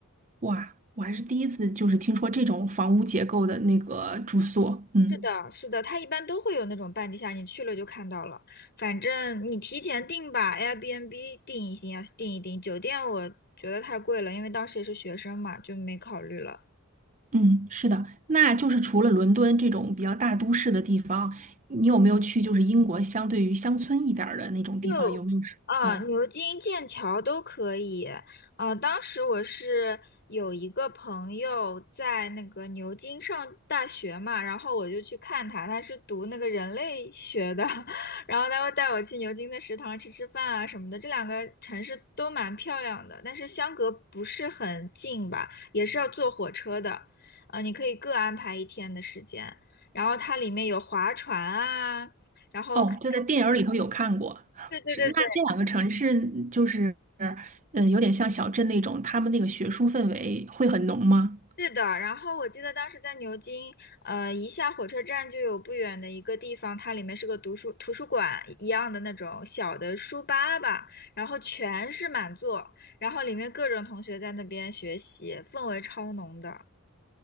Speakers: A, on the right (about 35°); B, on the left (about 50°).
A: 哇，我还是第一次就是听说这种房屋结构的那个住宿。嗯
B: 是的，是的，它一般都会有那种半地下，你去了就看到了。反正你提前订吧，Airbnb 订一定要订一订。酒店我觉得太贵了，因为当时也是学生嘛，就没考虑了。
A: 嗯，是的。那就是除了伦敦这种比较大都市的地方，你有没有去就是英国相对于乡村一点儿的那种地方？
B: 就啊，
A: 有没有是嗯。
B: 牛津、剑桥都可以。嗯，当时我是有一个朋友在那个牛津上大学嘛，然后我就去看他，他是读那个人类学的，<laughs> 然后他会带我去牛津的食堂吃吃饭啊什么的。这两个城市都蛮漂亮的，但是相隔不是很近吧，也是要坐火车的。呃，你可以各安排一天的时间，然后它里面有划船啊。然后看，
A: 哦，就在电影儿里头有看过，
B: 对对对对
A: 是那这两个城市就是，呃，有点像小镇那种，他们那个学术氛围会很浓吗？
B: 对的，然后我记得当时在牛津，呃，一下火车站就有不远的一个地方，它里面是个读书图书馆一样的那种小的书吧吧，然后全是满座，然后里面各种同学在那边学习，氛围超浓的。